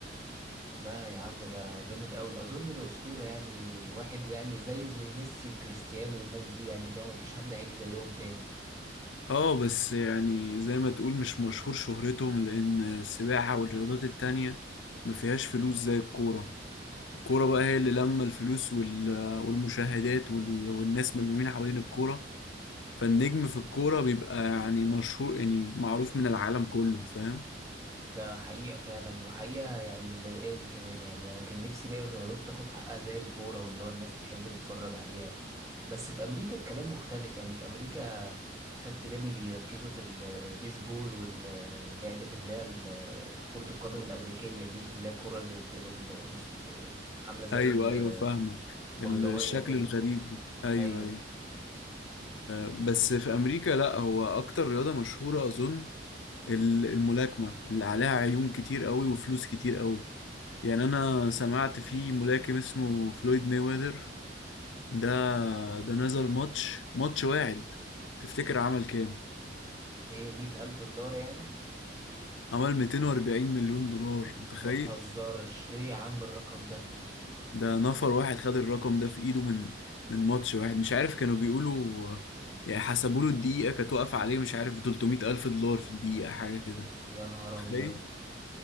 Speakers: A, on the right; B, on the left.
A: لا يا عم ده جامد قوي اظن ده اسطوره يعني واحد يعني زيه زي ميسي وكريستيانو والناس دي يعني اللي هو مفيش حد هيجي زيهم تاني
B: اه بس يعني زي ما تقول مش مشهور شهرتهم لأن السباحة والرياضات التانية ما فيهاش فلوس زي الكورة الكورة بقى هي اللي لما الفلوس وال... والمشاهدات وال... والناس ملمومين حوالين الكورة فالنجم في الكورة بيبقى يعني مشهور يعني معروف من العالم كله فاهم
A: ده حقيقه فعلا وحقيقه يعني مضايقاني كمان يعني انا كان نفسي باقي الرياضات تاخد حقها زي الكوره واللي هو الناس تحب تتفرج عليها بس في امريكا الكلام مختلف يعني في امريكا خدت بالي بيركزوا في البيسبول واللعبه اللي هي ال- كره القدم الامريكيه دي اللي هي الكره اللي بتبقى مض- مست- عامله زي
B: أيوه
A: ال
B: أيوه فاهمك
A: بيضاوية
B: الشكل
A: كده
B: الغريب ده. أيوه
A: أيوة
B: أيوه بس في أمريكا لأ هو أكتر رياضة مشهورة أظن ال- الملاكمة اللي عليها عيون كتير قوي وفلوس كتير قوي يعني أنا سمعت في ملاكم اسمه فلويد مايويذر ده ده نزل ماتش ماتش واحد تفتكر عمل كام؟
A: إيه مية ألف دولار يعني
B: عمل 240 مليون دولار متخيل؟
A: ما تهزرش إيه يا عم الرقم ده
B: ده نفر واحد خد الرقم ده في إيده من من ماتش واحد مش عارف كانوا بيقولوا يعني حسبوا له الدقيقة كانت واقفة عليه مش عارف ب 300 ألف دولار في الدقيقة حاجة كده
A: يا نهار
B: تخيل؟
A: أبيض